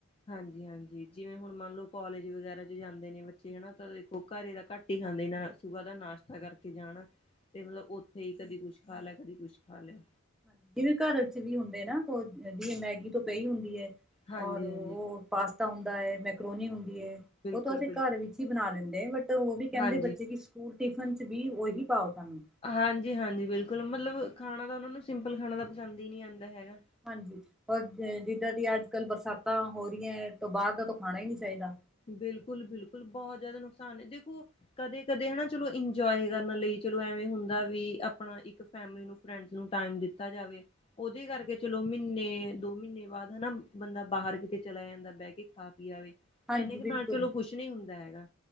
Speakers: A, on the left; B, in the centre.
A: ਹਾਂਜੀ-ਹਾਂਜੀ। ਜਿਵੇਂ ਹੁਣ ਮੰਨ ਲਓ ਕੋਲਜ ਵਗੈਰਾ ਜਾਂਦੇ ਨੇ ਬੱਚੇ ਹਨਾ। ਤਾਂ ਉਹ ਘੱਰੇ ਤਾਂ ਘੱਟ ਹੀ ਖਾਂਦੇ, ਇਹਨਾਂ ਸੁਬਹ ਦਾ ਨਾਸ਼ਤਾ ਕਰਕੇ ਜਾਣਾ ਤੇ ਮਤਲਬ ਉੱਥੇ ਹੀ ਕਦੀ ਕੁੱਛ ਖਾ ਲਿਆ, ਕਦੀ ਕੁੱਛ ਖਾ ਲਿਆ।
B: ਹਾਂਜੀ, ਜਿਵੇਂ ਘੱਰ ਚ ਵੀ ਹੁੰਦੇ ਨਾ ਜਿਵੇਂ ਮੈਗੀ ਤੋਂ ਪਈ ਹੁੰਦੀ ਹੈ
A: ਹਾਂਜੀ
B: ਔਰ ਉਹ
A: ਹਾਂਜੀ
B: ਪਾਸਤਾ ਹੁੰਦਾ ਏ, ਮੈਕਰੋਨੀ ਹੁੰਦੀ ਏ,
A: ਬਿਲਕੁਲ
B: ਉਹ ਤਾਂ ਅਸੀਂ
A: ਬਿਲਕੁਲ
B: ਘੱਰ ਵਿੱਚ ਹੀ ਬਣਾ ਲੈਂਦੇ ਬ ਤੇ ਉਹ ਵੀ ਕਹਿੰਦੇ
A: ਹਾਂਜੀ
B: ਬੱਚੇ, ਕਿ ਸਕੂਲ ਟਿਫੱਨ ਚ ਵੀ ਉਹੀ ਪਾਓ ਸਾਨੂੰ।
A: ਹਾਂਜੀ-ਹਾਂਜੀ ਬਿਲਕੁਲ। ਮਤਲਬ ਖਾਣਾ ਤਾਂ ਉਹਨਾਂ ਨੂੰ ਸਿੰਪਲ ਖਾਣਾ ਤਾਂ ਪਸੰਦ ਹੀ ਨਹੀਂ ਆਉਂਦਾ ਹੈਗਾ।
B: ਹਾਂਜੀ ਔਰ ਜਿੱਦਾਂ ਦੀ ਅੱਜ ਕੱਲ੍ਹ ਬਰਸਾਤਾਂ ਹੋ ਰਹੀਆਂ ਹੈ, ਤਾਂ ਬਾਹਰ ਦਾ ਤਾਂ ਖਾਣਾ ਹੀ ਨਹੀਂ ਚਾਹੀਦਾ।
A: ਬਿਲਕੁਲ-ਬਿਲਕੁਲ। ਬਹੁਤ ਜ਼ਿਆਦਾ ਨੁਕਸਾਨ ਹੈ। ਦੇਖੋ ਕਦੇ-ਕਦੇ ਹਨਾ ਚਲੋ ਇੰਜੋਏ ਕਰਨ ਲਈ, ਚਲੋ ਐਵੇਂ ਹੁੰਦਾ ਵੀ ਆਪਣਾ ਇੱਕ ਫੈਮਿਲੀ ਨੂੰ ਫਰੈਂਡਸ ਨੂੰ ਟਾਈਮ ਦਿੱਤਾ ਜਾਵੇ ਉਹਦੇ ਕਰਕੇ ਚਲੋ ਮਹੀਨੇ ਦੋ ਮਹੀਨੇ ਬਾਅਦ, ਹਨਾ ਬੰਦਾ ਬਾਹਰ ਕਿਤੇ ਚਲਾ ਜਾਂਦਾ। ਬਹਿ ਕੇ ਖਾ ਪੀ ਆਵੇ।
B: ਹਾਂਜੀ
A: ਇਹਨੇ ਕ
B: ਬਿਲਕੁਲ
A: ਨਾਲ ਚਲੋ ਕੁੱਛ ਨੀ ਹੁੰਦਾ ਹੈਗਾ।